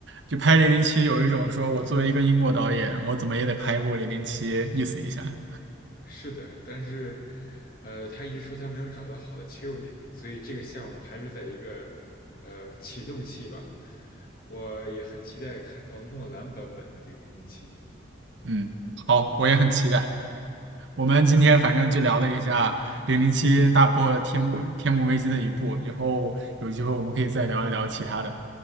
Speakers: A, on the right; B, on the left.
A: 就拍《零零七》有一种说我作为一个英国导演，我怎么也得拍一部《零零七》意思一下。
B: 是的，但是呃，他一直说他没有找到好的切入点，所以这个项目还是在一个呃启动期吧。我也很期待看到诺兰版本的这个《零零七》。
A: 嗯，好，我也很期待。我们今天反正就聊了一下《零零七》大破天幕天幕危机的一部，以后有机会我们可以再聊一聊其他的。